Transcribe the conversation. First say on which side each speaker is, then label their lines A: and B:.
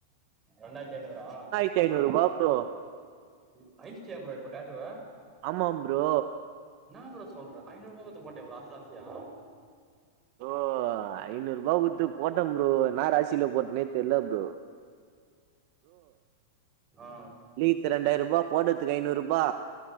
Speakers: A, on the right; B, on the right.
A: ரெண்டாய்த்தி ஐநூறா
B: தி ஐநூறு ருபாக்கோ
A: இ அய்ச்சியா ப்ரோ இப்ப டாட்டூவ
B: ஆமாம் ப்ரோ
A: என்னா ப்ரோ சொல்ற ஐநூறுபா கொத்து போட்டே வ்லாசாஸ்யா
B: ப்ரோ ஐநூருபா குட்த்து போட்டன் ப்ரோ என்னா ராசில போட்னே தெர்ல ப்ரோ
A: ஓ ஆ
B: லீத் ரெண்டாய்ருபா போடத்துக்கு ஐநூருபா